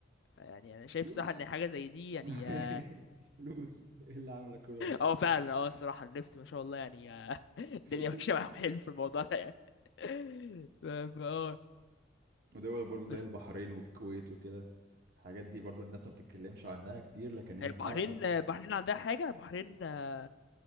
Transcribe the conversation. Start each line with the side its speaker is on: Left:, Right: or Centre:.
Left: فيعني انا شايف
Right: فلوس
Left: صراحه ان حاجه زي دي يعني
Right: <laughs>
Left: اه
Right: فلوس ايه اللي عاملة كل ده
Left: آه، فعلا اه الصراحه النفط ما شاء الله يعني آه، <laughs>
Right: <laughs>
Left: الدنيا ماشيه معاهم حلو في الموضوع ده يعني <laughs> ف- فا اه
Right: ودول برضو زي
Left: بس
Right: البحرين والكويت وكده الحاجات دي برضو الناس ما بتتكلمش عنها كتير لكن هي
Left: البحرين
Right: فعلا برضو
Left: البحرين عندها حاجه البحرين آه،